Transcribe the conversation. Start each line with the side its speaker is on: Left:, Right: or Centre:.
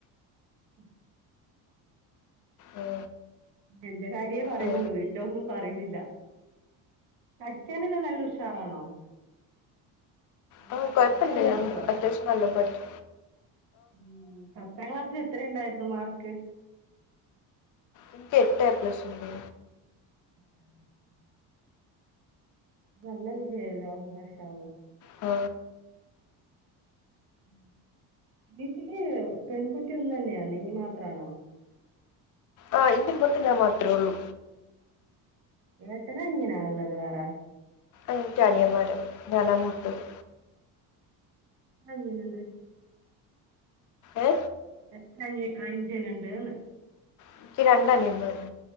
Right: മ്
Left: ആ,
Right: എന്റെ കാര്യേ പറയുന്നുള്ളു
Left: ആ.
Right: നിൻ്റെ ഒന്നും പറയുന്നില്ല. പഠിക്കാനല്ലാം നല്ല ഉഷാറാണോ? നല്ല
Left: ആ
Right: മാർക്കെല്ലാം
Left: കൊഴപ്പല്ല
Right: മേടിക്കോ
Left: അത്യാവശ്യം നല്ല പഠിക്കും.
Right: ഉം പത്താം ക്ലാസ്സില് എത്ര ഉണ്ടായിരുന്നു മാർക്ക്.
Left: എനിക്ക് എട്ട് എ പ്ലസ് ഉണ്ട്.
Right: <unintelligible> നല്ല വിജയല്ലോ മാഷാ അള്ളാ
Left: ഹ്
Right: <inaudible> വീട്ടില് പെൺകുട്ടി ഒന്ന് തന്നെയാ നീ മാത്രമാണോ?
Left: ആഹ് ഇതിന് മൂത്ത ഞാൻ മാത്രമേ ഉള്ളൂ.
Right: ഏട്ടനാ അനിയനാ ഉള്ളത് വേറെ?
Left: എനിക്ക് അനിയന്മാര ഞാന മുത്തത്.
Right: അനിയൻ ഉണ്ട്
Left: ഏ
Right: എത്ര അനി അജനുണ്ട് എന്ന്
Left: എനിക്ക് രണ്ട് അനിയൻമാര്